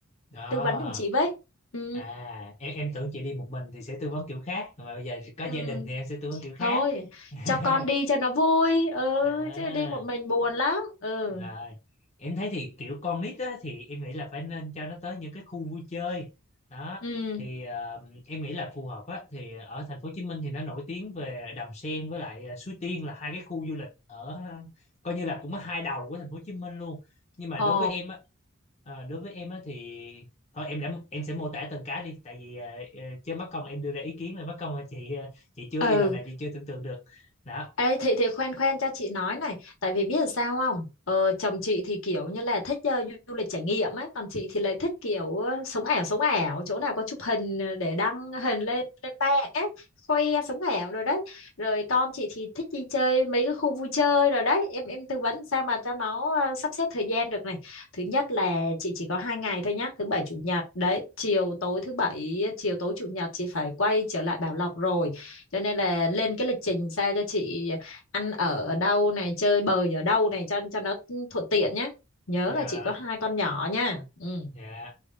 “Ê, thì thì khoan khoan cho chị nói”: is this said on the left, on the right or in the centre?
Left